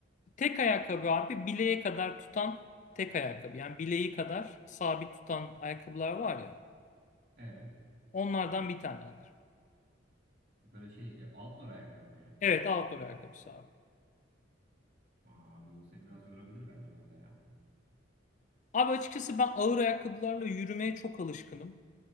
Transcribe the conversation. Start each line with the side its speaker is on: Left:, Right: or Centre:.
Left: Tek ayakkabı abi bileğe kadar tutan tek ayakkabı. Yani bileği kadar sabit tutan ayakkabılar var ya.
Right: Evet.
Left: Onlardan bir tane alırım.
Right: Böyle şey e, outdoor ayakkabı mı yani?
Left: Evet, outdoor ayakkabısı abi.
Right: Aa, abi o seni biraz yorabilir bence orada ya.
Left: Abi açıkçası ben ağır ayakkabılarla yürümeye çok alışkınım.